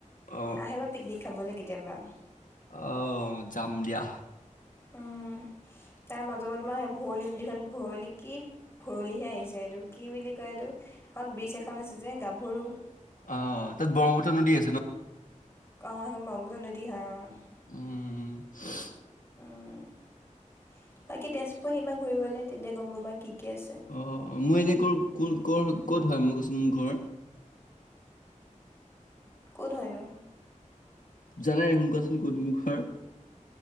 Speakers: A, on the left; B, on the left.
A: অ
B: আহিবা পিকনিক খাবলৈ কেতিয়াবা। <unintelligible>
A: অহ যাম দিয়া।
B: উম তাৰ মাজত মই স ভৰলি নদখন ভৰলি কি ভৰলিহে আহিছে এইটো । কি বুলি কয় এইটো? এখন ব্ৰিজ এখন আছে যে গা সৰু।
A: অ। তাত ব্ৰহ্মপুত্ৰ নদী আছে ন ।
B: অ' সেইখন ব্ৰহ্মপুত্ৰ নদী হয় । অ
A: <unintelligible>
B: উম বাকী তেজপুৰ সিমা ঘূৰিবলৈ তেতিয়া গম পাবা কি কি আছে
A: অ মই এনে কৰ ক কৰ ক'ত হয় মই কচোন মোৰ ঘৰ?
B: ক'ত হয়নো?
A: জানাই দেখোন কোৱাচোন কত মোৰ ঘৰ?